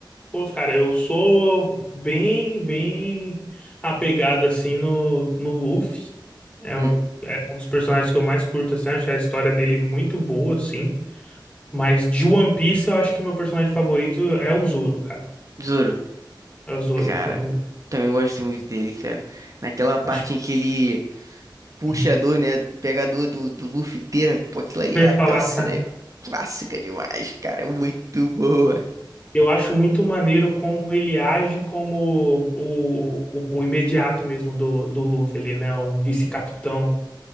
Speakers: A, on the left (about 15°); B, on the right (about 45°).
A: Pô, cara, eu sou bem, bem apegado assim no, no Luffy. É,
B: Hum,
A: o- é um dos personagens que eu mais curto, assim, acho a história dele muito boa, assim. Mas de One Piece, eu acho que meu personagem favorito é o Zoro, cara.
B: Zoro.
A: É o Zoro,
B: Cara,
A: pô.
B: também gosto muito dele, cara. Naquela parte
A: Acho
B: em que ele puxa
A: que
B: a dor, né? Pega a dor do, do Luffy inteira. Pô, aquilo ali
A: eu
B: é
A: ia falar,
B: aquela cena
A: cara.
B: é clássica demais, cara. Muito boa.
A: Eu acho muito maneiro como ele age como o, o, o imediato mesmo do, do Luffy, ele, né? Um vice-capitão.